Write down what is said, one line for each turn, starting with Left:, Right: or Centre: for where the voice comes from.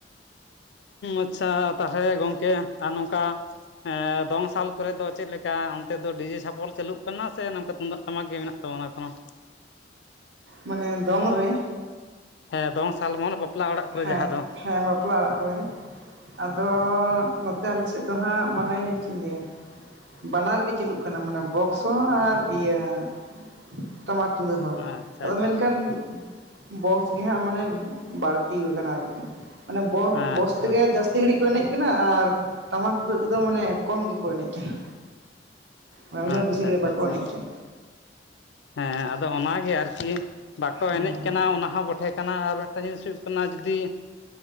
Left: ᱟᱪᱪᱷᱟ ᱛᱟᱦᱚᱞᱮ ᱜᱚᱝᱠᱮ ᱟᱨ ᱱᱚᱝᱠᱟ ᱫᱚᱝ ᱥᱟᱞ ᱠᱚᱨᱮ ᱫᱚ ᱪᱮᱫᱞ ᱞᱮᱠᱟ ᱚᱱᱛᱮ ᱫᱚ ᱰᱤᱡᱮ ᱪᱷᱟᱯᱚᱞ ᱪᱟᱹᱞᱩᱜ ᱠᱟᱱᱟ ᱥᱮ ᱱᱚᱝᱠᱟ ᱛᱩᱢᱫᱟᱜ ᱴᱟᱢᱟᱜᱠ ᱜᱮ ᱢᱮᱱᱟᱜ ᱛᱟᱵᱚᱱᱟ ᱮ ᱠᱷᱚᱱᱚᱱᱳ
Right: ᱢᱟᱱᱮ ᱫᱚᱝ ᱨᱮ
Left: ᱦᱮᱸ ᱫᱚᱝ ᱥᱟᱞᱢᱟᱱ ᱵᱟᱯᱞᱟ ᱚᱲᱟᱜ ᱠᱚᱨᱮ
Right: ᱦᱮᱸ
Left: ᱡᱟᱦᱟᱸ ᱫᱚ
Right: ᱦᱮᱸ ᱵᱟᱯᱞᱟ ᱚᱲᱟᱜ ᱠᱚᱨᱮ ᱟᱫᱚ ᱱᱚᱛᱮ ᱟᱞᱮᱥᱮᱫ ᱫᱚ ᱦᱟᱸᱜ ᱢᱟᱱᱮ ᱪᱮᱫ ᱤᱧ ᱞᱟᱹᱭᱟ? ᱵᱟᱱᱟᱨ ᱜᱮ ᱪᱟᱹᱞᱩᱜ ᱠᱟᱱᱟ ᱢᱮ ᱵᱚᱠᱥ ᱦᱚᱸ ᱟᱨ ᱤᱭᱟᱹ ᱴᱟᱢᱟᱠ ᱛᱩᱢᱫᱟᱹᱜ ᱦᱚᱸ
Left: ᱟᱪᱪᱷᱟ
Right: ᱟᱫᱚ
Left: ᱟᱪᱪᱷᱟ
Right: ᱢᱮᱱᱠᱷᱟᱱ
Left: ᱟᱪᱪᱷᱟ
Right: ᱵᱚᱥ ᱜᱮᱦᱟᱸᱜ ᱢᱟᱱᱮ ᱵᱟᱹᱲᱛᱤ ᱠᱟᱱᱟ ᱟᱨᱠᱤ ᱢᱟᱱᱮ
Left: ᱟᱪᱪᱷᱟ
Right: ᱵᱚᱥ ᱛᱮᱜᱮ ᱡᱟᱹᱛᱤ ᱛᱤ ᱜᱷᱲᱤᱡ ᱠᱚ ᱮᱱᱮᱡ ᱠᱟᱱᱟ ᱟᱨ ᱴᱟᱢᱟᱠ ᱴᱩᱫᱟᱹᱜ ᱛᱮᱫᱚ ᱢᱟᱱᱮ ᱠᱚᱢ ᱜᱮᱠᱚ ᱮᱱᱮᱡ ᱠᱟᱱᱟ᱾ ᱟᱱ ᱩᱱᱟᱹ
Left: ᱟᱪᱪᱷᱟ
Right: ᱵᱮᱥᱤᱤᱡ
Left: ᱟᱪᱪᱷᱟ
Right: ᱵᱟᱠᱚ
Left: ᱟᱪᱪᱷᱟ
Right: ᱮᱱᱮᱡ ᱠᱟᱱᱟ᱾
Left: ᱦᱮᱸ ᱟᱫᱚ ᱚᱱᱟᱜᱮ ᱟᱨᱠᱤ ᱵᱟᱠᱚ
Right: ᱦᱮᱸ
Left: ᱮᱱᱮᱡ ᱠᱟᱱᱟ ᱚᱱᱟ ᱦᱚᱸ ᱛᱟᱦᱮᱸ ᱠᱟᱱᱟ ᱟᱨ ᱢᱤᱫᱴᱟᱝ ᱡᱤᱱᱤᱥ ᱦᱩᱭᱩᱜ ᱠᱟᱱᱟ ᱡᱩᱫᱤ